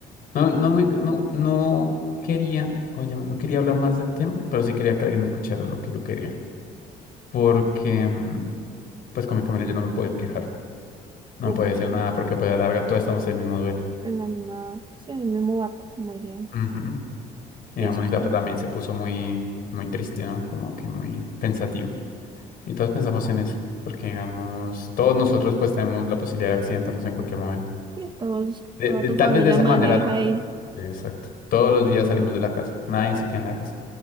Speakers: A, on the left (about 60°); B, on the right (about 25°).
A: No, no me, no, no quería, ¿cómo se llama? No quería hablar más del tema, pero sí quería que alguien escuchara lo que yo quería. Porque, mm, pues con mi familia yo no me podía quejar. No
B: <laughs>
A: me podía decir
B: como que
A: nada porque pues a la larga todos estamos en el mismo duelo.
B: en la misma, sí, en el mismo barco, como dirían.
A: Ujú. Digamos,
B: Entonces, pues
A: mi papá
B: tam-
A: también se puso muy, muy triste, ¿no? Como que muy pensativo. Y todos pensamos en eso, porque digamos, todos nosotros pues tenemos la posibilidad de accidentarnos en cualquier momento.
B: sí, todos,
A: De-
B: toda
A: de-
B: tu
A: tal
B: familia
A: vez de esa
B: maneja
A: manera no.
B: y
A: Exacto. Todos los días salimos de la casa, nadie se queda en la casa.